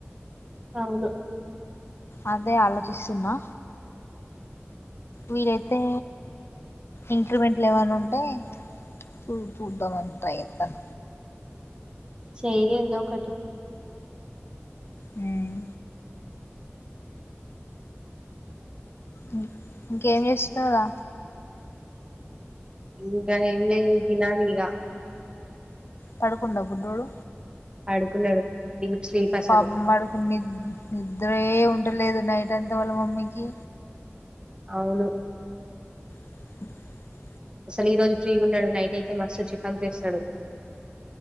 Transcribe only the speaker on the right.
అవును
చచెయ్యి ఏదోకటి
ఇంకా ఏమ్లే తినాలిగా
పడుకున్నాడు డీప్ స్లీప్ అసలు
అవును
అసలు ఈరోజు ఫ్రీ ఉన్నడు నైట్ అయితే మస్తు చికాకు చేస్ నడు